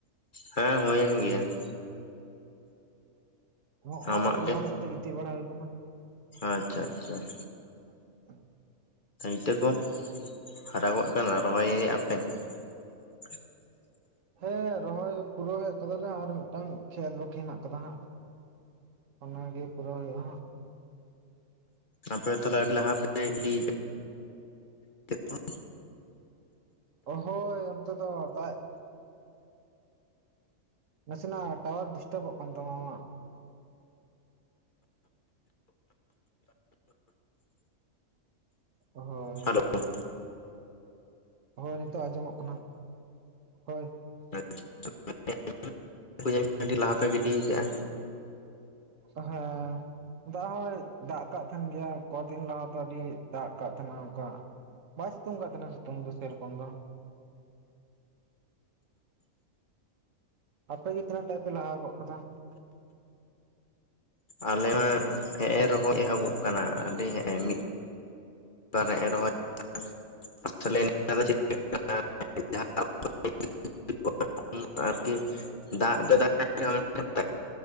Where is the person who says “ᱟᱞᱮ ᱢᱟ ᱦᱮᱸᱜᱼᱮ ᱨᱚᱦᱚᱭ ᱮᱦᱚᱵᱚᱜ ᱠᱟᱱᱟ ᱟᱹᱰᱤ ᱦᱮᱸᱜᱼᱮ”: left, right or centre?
Left